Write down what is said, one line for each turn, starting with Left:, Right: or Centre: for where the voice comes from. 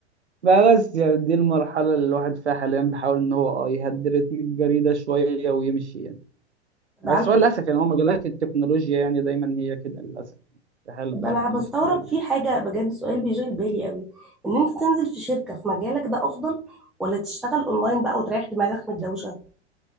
Right: فبس يعني دي المرحلة اللي الواحد فيها حاليا بيحاول إن هو أه يهدي رتم الجري ده شوية ويمشي يعني بس
Centre: تبقى عامل إيه؟
Right: هو للأسف يعني هو مجالات التكنولوجيا يعني دايما هي كده للأسف في حالة
Centre: طب
Right: ضغط
Centre: أنا بستغرب
Right: مستمر
Centre: في حاجة بجد سؤال بيشغل بالي قوي إن أنت تنزل في شركة في مجالك ده أفضل ولا تشتغل أونلاين بقى وتريح دماغك من الدوشة